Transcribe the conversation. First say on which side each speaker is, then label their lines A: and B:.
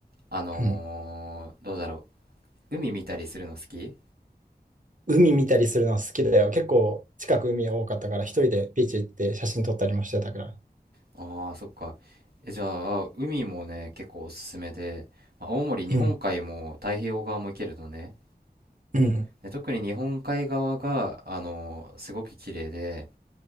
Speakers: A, on the right; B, on the right.
A: あのーどうだろ
B: うん。
A: う。海見たりするの好き
B: 海見たりするのは好きだよ。結構、近く海多かったから、一人でビーチ行って写真撮ったりもしてたから。
A: ああ、そっか。え、じゃあ、海もね、結構おすすめで、まあ、青森、日本海も太平洋側も行けるのね。
B: うん。うん。
A: で特に日本海側が、あのすごく綺麗で、